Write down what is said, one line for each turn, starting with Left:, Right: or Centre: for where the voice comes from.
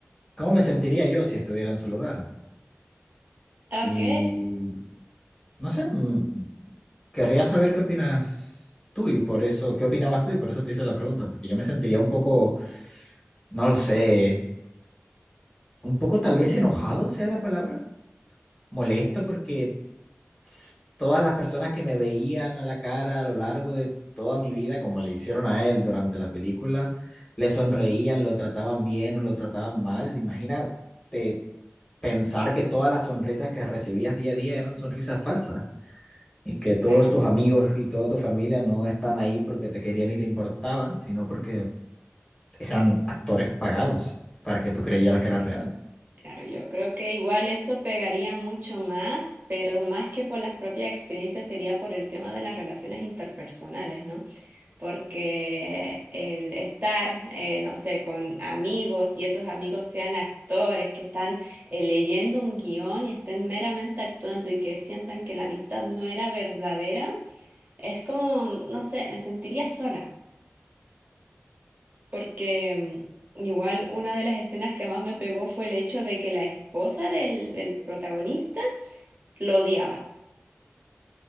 Left: cómo me sentiría yo si estuviera en su lugar.
Right: ok,
Left: Y no sé, mm, querría saber qué opinas tú y por eso, qué opinabas tú y por eso te hice la pregunta, porque yo me sentiría un poco, no lo sé, un poco tal vez enojado sea la palabra molesto porque s- todas las personas que me veían a la cara a lo largo de toda mi vida, como le hicieron a él durante la película, le sonreían, lo trataban bien o lo trataban mal. Imagínate pensar que todas las sonrisas que recibías día a día eran sonrisas falsas y que todos
Right: claro.
Left: tus amigos y toda tu familia no están ahí porque te querían y te importaban, sino porque eran actores pagados para que tú creyeras que era real.
Right: Claro, yo creo que igual eso pegaría mucho más, pero más que por las propias experiencias sería por el tema de las relaciones interpersonales, ¿no? Porque el estar, eh, no sé, con amigos y esos amigos sean actores que están eh, leyendo un guión y estén meramente actuando y que sientan que la amistad no era verdadera, es como, no sé, me sentiría sola porque mm, igual una de las escenas que más me pegó fue el hecho de que la esposa del, del protagonista lo odiaba.